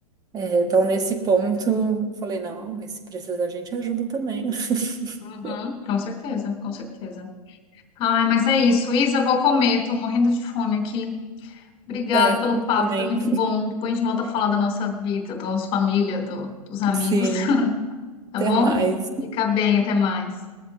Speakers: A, on the right (about 20°); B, on the left (about 25°).
A: É, Então, nesse ponto, eu falei, não, mas se precisar, a gente ajuda também. <laughs>
B: Uhum, com certeza, com certeza. Ai, mas é isso. Isa, vou comer, tô morrendo de fome aqui. Obrigado
A: É,
B: pelo
A: eu
B: papo,
A: também.
B: foi muito bom. Depois a gente volta a falar da nossa vida, da nossa família, do- dos amigos,
A: <laughs> Sim,
B: <laughs> tá
A: até
B: bom?
A: mais.
B: Fica bem, até mais.